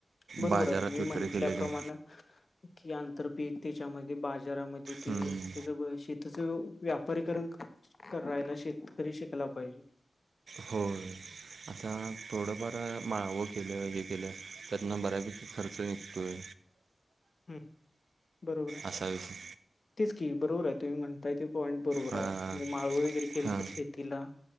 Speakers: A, on the left; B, on the right.
A: बरोबर
B: बाजारात
A: आहे तुम्ही
B: विक्री
A: म्हंटल्याप्रमाणे.
B: केले ते
A: कि, आंतर पीक त्याच्यामध्ये बाजारामध्ये ते
B: हम्म.
A: त्याच शती. तसं व्यापारीकरण करायला शेतकरी पाहिजे.
B: हो, आता थोडंफार माळवं केलं हे केलं. त्यांना बारावी पैकी खर्च हाय.
A: हम् बरोबर आहे
B: असा विषय
A: तेच कि, बरोबर आहे तुम्ही म्हणता. ते पॉईंट बरोबर
B: हां
A: आहे म्हणज माळं वगैरे केलं
B: हां
A: तर शेती. तिला